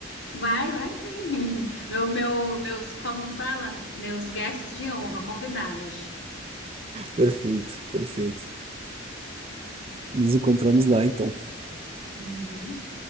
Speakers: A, on the left; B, on the right.
A: Vai, vai sim. <laughs> Meu, meu, meus, como fala? Meus guests de honra, convidados.
B: <laughs> Perfeito, perfeito. Nos encontramos lá, então.
A: Uhum.